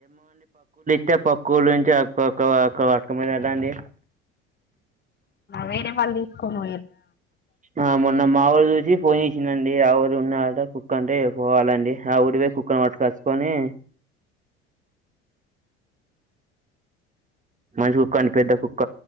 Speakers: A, on the right; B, on the left.
A: తే పక్క ఊర్లో నుంచి పట్టుకో పోయినారు అండి
B: వేరే వాళ్ళు తీసుకని
A: ఆ మొన్న మా వాళు చూసి ఫోన్ చేసినండి ఎవరు ఉన్నడ కుక్క అంటే పోవాలండి ఆ ఊరికి పోయి కుక్కని పట్టుకోచు కొనీ మంచి కుక్క అండి పెద్ద కుక్క